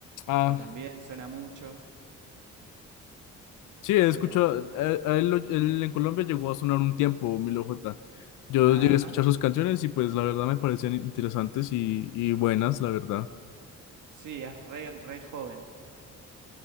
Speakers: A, on the left; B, on the right.
A: Ah,
B: que también suena mucho.
A: sí, he escuchado,
B: Eh,
A: eh, a él, lo- él en Colombia llegó a sonar un tiempo, Milo J. Yo
B: ajá,
A: llegué a escuchar sus canciones y pues la verdad me parecían interesantes y, y buenas, la verdad.
B: sí, es re, re joven.